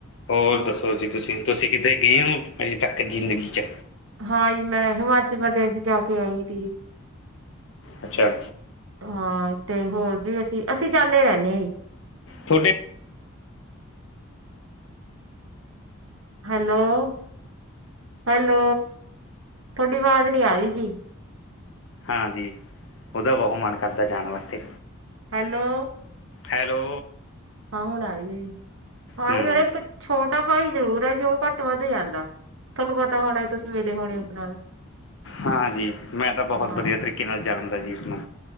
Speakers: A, on the left (about 60°); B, on the right (about 70°).
A: ਹੋਰ ਦੱਸੋ
B: ਤੇ
A: ਜੀ ਤੁਸੀਂ, ਤੁਸੀਂ ਕਿਤੇ ਗਏ ਹੋ ਅਜੇ ਤੱਕ ਜ਼ਿੰਦਗੀ 'ਚ?
B: ਹਾਂਜੀ, ਮੈਂ ਹਿਮਾਚਲ ਪ੍ਰਦੇਸ਼ ਜਾ ਕੇ ਆਈ ਤੀ ਜੀ
A: ਅੱਛਾ
B: ਹਾਂ ਤੇ ਹੋਰ ਵੀ ਅਸੀਂ-ਅਸੀਂ ਜਾਂਦੇ ਰਹਿੰਦੇ ਹਾਂ ਜੀ
A: ਤੁਹਾਡੇ
B: ਹੈਲੋ-ਹੈਲੋ ਤੁਹਾਡੀ ਆਵਾਜ਼ ਨੀ ਆ ਰਹੀ ਜੀ
A: ਹਾਂਜੀ ਉਹਦਾ ਬਹੁਤ ਮਨ ਕਰਦਾ ਜਾਣ ਵਾਸਤੇ
B: ਹੈਲੋ?
A: ਹੈਲੋ?
B: ਹਾਂ ਹੁਣ ਆਈ ਆ ਜੀ, ਹਾਂ
A: ਹੂੰ
B: ਮੇਰੇ ਇੱਕ ਛੋਟਾ ਭਾਈ ਜ਼ਰੂਰ ਹੈ ਜੇ ਉਹ ਘੱਟ ਵੱਧ ਜਾਂਦਾ, ਤੁਹਾਨੂੰ ਪਤਾ ਹੋਣਾ ਤੁਸੀਂ ਮਿਲੇ ਹੋਣੇ ਉਸ ਨਾਲ
A: ਹਾਂਜੀ, ਮੈਂ ਤਾਂ ਬਹੁਤ
B: ਹਾਂ
A: ਵਧੀਆ ਤਰੀਕੇ ਨਾਲ ਜਾਣਦਾ ਜੀ ਉਸਨੂੰ